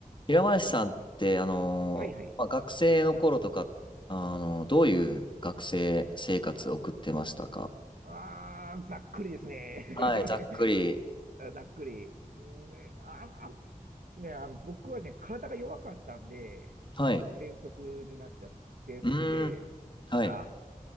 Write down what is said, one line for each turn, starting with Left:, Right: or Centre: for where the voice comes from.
Left: 平林さんって、あのーまあ、
Right: はいはい。
Left: 学生の頃とか、あのーどういう学生生活を送ってましたか
Right: ああ、ざっくりですね。<laughs>
Left: はい、ざっくり。
Right: あざっくり。うんね、あ、あ、ね、あの、僕はね、体が弱かったんで、
Left: はい。
Right: 喘息になっちゃって、
Left: うーん。
Right: 喘息で。
Left: はい。
Right: だから、